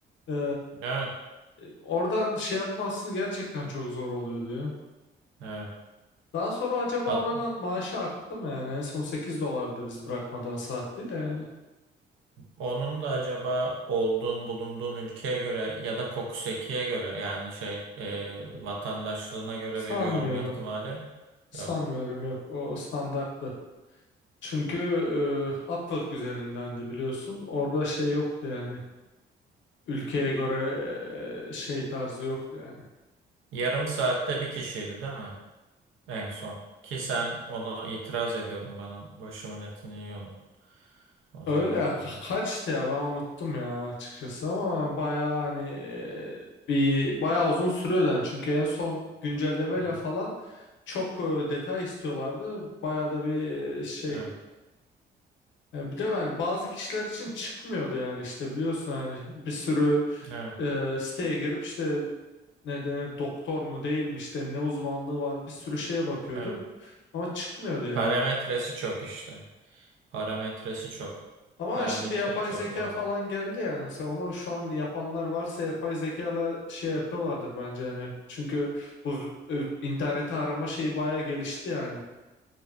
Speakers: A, on the left; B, on the right.
A: Ee,
B: evet,
A: oradan şey yapması gerçekten çok zor oluyor diyor.
B: evet.
A: Daha sonra acaba
B: Hat-
A: oranın maaşı arttı mı yani? En son 8 dolardı biz bırakmadan saatli de yani.
B: Onun da acaba olduğun bulunduğun ülkeye göre ya da kokusekiye göre yani şey
A: Ee,
B: e, vatandaşlığına göre
A: Sanmıyorum.
B: veriyor olma ihtimali
A: Sanmıyorum
B: yok.
A: yok o standarttı. Çünkü e, Upwork üzerindendi biliyorsun. Orada şey yoktu yani. Ülkeye göre e, şey tarzı yoktu yani.
B: Yarım saatte bir kişiydi değil mi? En son. Ki sen ona itiraz ediyordun bana başımın etini yiyordun o zaman
A: Öyle ya, ka-
B: yine.
A: kaçtı ya ben unuttum ya açıkçası ama bayağı hani e, bir bayağı uzun sürüyordu yani. çünkü en son güncellemeyle
B: Hı hı.
A: falan çok e, detay istiyorlardı bayağı da bir e, şey
B: Evet,
A: Ya bir de yani bazı kişiler için çıkmıyordu yani işte biliyorsun yani bir sürü
B: evet,
A: e, siteye girip işte ne denir doktor mu değil mi işte ne uzmanlığı var bir sürü şeye bakıyorduk
B: evet.
A: ama çıkmıyordu yani.
B: Parametresi çok işte. Parametresi çok.
A: Ama
B: Parametre
A: şimdi yapay
B: çok
A: zeka
B: vardı.
A: falan geldi yani. Mesela onu şu an yapanlar varsa yapay zekayla şey yapıyorlardır bence hani. Çünkü bu e, interneti arama şeyi bayağı gelişti yani.